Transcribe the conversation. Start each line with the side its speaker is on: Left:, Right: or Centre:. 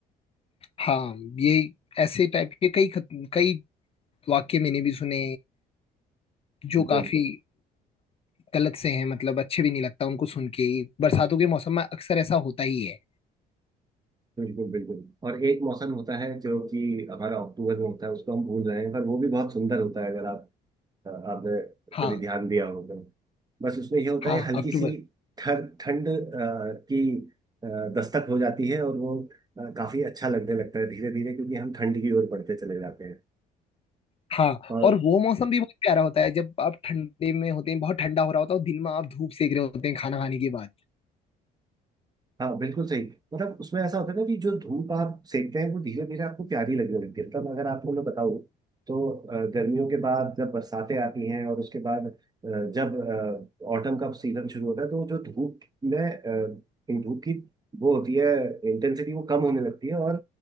Left: हाँ ये ऐसे टाइप के कई खत, कई वाक्य मैंने भी सुने जो
Right: बिल्कुल
Left: काफी गलत से हैं मतलब अच्छे भी नहीं लगता उनको सुन के बरसातों के मौसम में अक्सर ऐसा होता ही है
Right: बिल्कुल बिल्कुल और एक मौसम होता है जो कि हमारा अक्टूबर में होता है उसको हम भूल रहे हैं पर वो भी बहुत सुंदर होता है अगर आप आपने
Left: हाँ
Right: कभी ध्यान दिया होगा बस उसमें ये होता
Left: हाँ
Right: है हल्की
Left: अक्टूबर
Right: सी ठंड ठंड अ, की अ, दस्तक हो जाती है और वो अ, काफी अच्छा लगने लगता है धीरे धीरे क्योंकि हम ठंड की ओर बढ़ते चले जाते हैं
Left: हाँ
Right: और
Left: और वो मौसम भी बहुत प्यारा होता है जब आप ठंडे में होते हैं बहुत ठंडा हो रहा होता है और दिन में आप धूप सेक रहे होते हैं खाना खाने के बाद
Right: हाँ बिल्कुल सही मतलब उसमें ऐसा होता है ना कि जो धूप आप सेकते हैं वो धीरे धीरे आपको प्यारी लगने लगती है तब अगर आपको मैं बताऊँ तो अ, गर्मियों के बाद जब बरसातें आती हैं और उसके बाद अ, जब ऑटम का सीजन शुरू होता है तो जो धूप में अ, इन धूप की वो होती है इंटेंसिटी वो कम होने लगती है और